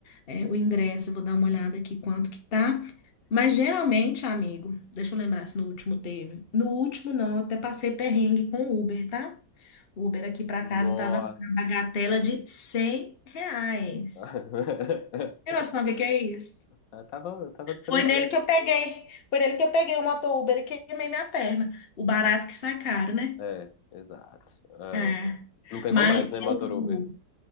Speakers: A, on the left (about 40°); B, on the left (about 80°).
A: É, o ingresso, vou dar uma olhada aqui quanto que tá. Mas geralmente, amigo, deixa eu lembrar se no último teve. No último não, eu até passei perrengue com o Uber, tá? O Uber aqui pra
B: Nossa!
A: casa tava na bagatela de 100 reais.
B: <laughs>
A: Tem noção do que que é isso?
B: Ah, Tava, eu tava tranquilo.
A: Foi nele que eu peguei, foi nele que eu peguei o motor Uber e queimei minha perna. O barato que sai caro, né?
B: É, exato. Ah,
A: É.
B: não pegou
A: Mas
B: mais, né, Motor
A: eu
B: Uber?